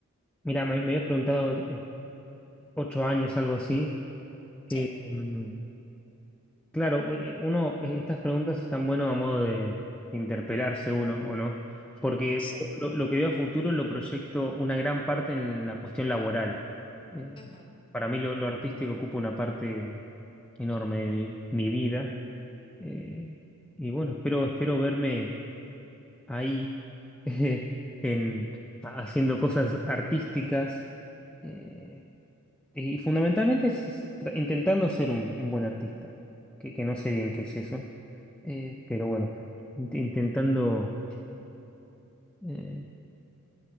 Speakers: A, in the centre; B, on the left.
A: Mira, me, me había preguntado eh, ocho años, algo así. Eh,
B: Sí,
A: mm, Claro, u- eh, uno, eh, estas preguntas están buenas a modo de interpelarse uno, ¿o no? Porque
B: sí.
A: lo, lo que veo a futuro lo proyecto una gran parte en la cuestión laboral. Eh,
B: Ujú.
A: para mí lo, lo artístico ocupa una parte enorme de mi, mi vida. Eh, y bueno, espero, espero verme ahí <laughs> en, haciendo cosas artísticas. eh, y fundamentalmente es es tra- intentando ser un, un buen artista, que, que no sé bien qué es eso, eh, pero bueno, int- intentando, eh,